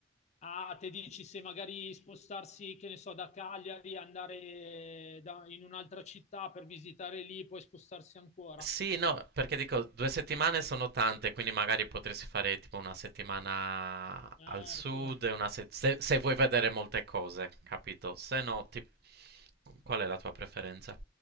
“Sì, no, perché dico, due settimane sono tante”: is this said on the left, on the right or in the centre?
Right